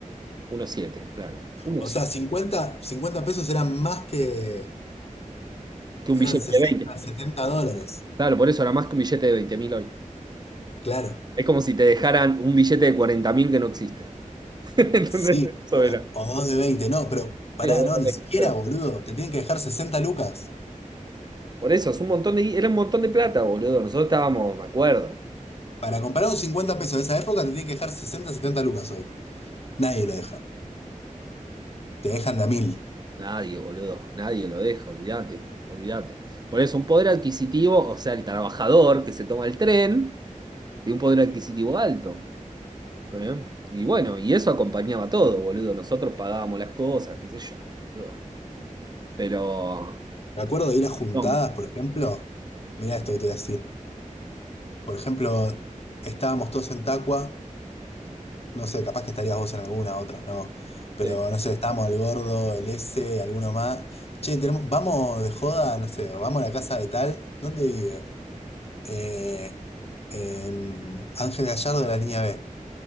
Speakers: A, on the right (about 30°); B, on the left (about 50°).
A: coma siete claro. uno
B: O
A: coma siete
B: sea, cincuenta cincuenta pesos eran más que,
A: Que un
B: eran
A: billete
B: 60
A: de veinte
B: 70 dólares.
A: Claro, por eso era más que un billete de veinte mil hoy.
B: Claro,
A: Es como si te dejaran un billete de cuarenta mil que no existe. <laughs> ¿Entendés?
B: sí,
A: Eso
B: o,
A: era.
B: o dos de veinte no, pero pará,
A: Sí, o dos
B: no,
A: de
B: ni
A: 20,
B: siquiera,
A: claro.
B: boludo. Te tienen que dejar 60 lucas.
A: Por eso, es un montón de, gui- era un montón de plata, boludo. Nosotros estábamos, me acuerdo.
B: Para comprar un 50 pesos de esa época, te tienen que dejar 60 70 lucas hoy. Nadie lo deja. Te dejan de a mil.
A: Nadie, boludo, nadie lo deja, olvídate, olvídate. Por eso, un poder adquisitivo, o sea, el trabajador que se toma el tren, tiene un poder adquisitivo alto. ¿eh? Y bueno, y eso acompañaba todo, boludo. Nosotros pagábamos las cosas, qué sé yo. Ugh. Pero...
B: Me acuerdo de ir a juntadas,
A: No,
B: por ejemplo. Mirá esto que te voy a decir. Por ejemplo, estábamos todos en Tacua, No sé, capaz que estarías vos en alguna, otras no. Pero
A: sí,
B: no sé, estamos el gordo, el S, alguno más. Che, tenemos, vamos de joda, no sé, o vamos a la casa de tal. ¿Dónde vive? Eh, en Ángel Gallardo de la línea B.